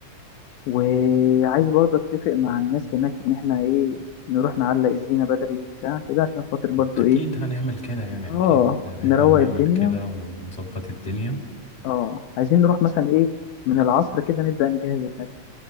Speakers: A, on the left; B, on the left.
A: وعايز برضه اتفق مع الناس هناك ان احنا ايه نروح نعلق الزينة بدري وبتاع كده عشان خاطر برضه
B: اكيد
A: ايه
B: هنعمل كده يعني
A: اه
B: اكيد احنا
A: نروق
B: هنعمل
A: الدنيا
B: كده ونظبط الدنيا
A: اه عايزين نروح مثلا ايه من العصر كده نبدأ نجهز الحاجة